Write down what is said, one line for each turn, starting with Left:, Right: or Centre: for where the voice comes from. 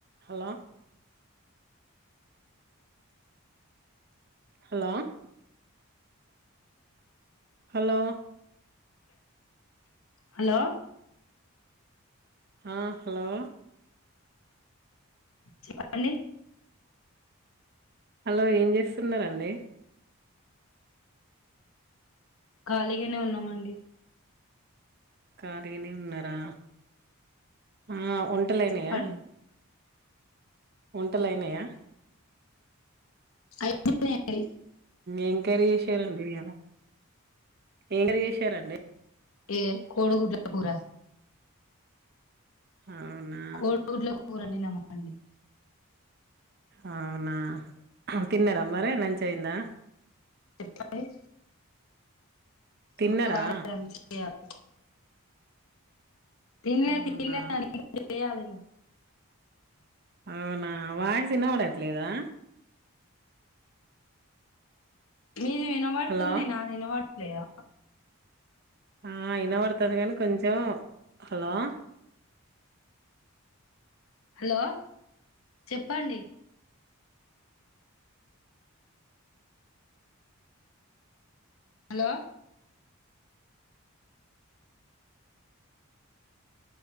Right: Hello hello hello
Left: hello
Right: హ hello
Left: చెప్పళ
Right: hello ఏం చేస్తున్నండి
Left: ఖాలి నే ఉన్నామండి
Right: ఖళీనే ఉన్నారా ఆ వంటలునాయా
Left: చెప్పండి
Right: వంటలయినాయా
Left: అయిపోయండి
Right: ఎంకరీ చేసారండి ఇ అలా ఎంకరీ చేసారండి
Left: ఏ కోడుగులా కూడారా
Right: అవునా
Left: కో ఊట్లో పోరండి నమ్ అండి
Right: అవునా, తిన్నరా మరి? లంచ్ అయిందా?
Left: కాలేజ్
Right: తిన్నారా
Left: ఇంకా రాలేదండి, చెక్జేయాలే. తిన్లే
Right: అవునా
Left: తిన్లే, <unintelligible> చేయాలిగా
Right: అవునా? వాయిస్ ఇనపడట్లేదా?
Left: మీది వినబడుతుంది,
Right: హలో
Left: నాది వినబడు లేదా?
Right: ఆ ఇనబడ్తది గని కొంచం హలో
Left: హలో, చెప్పండి? హలో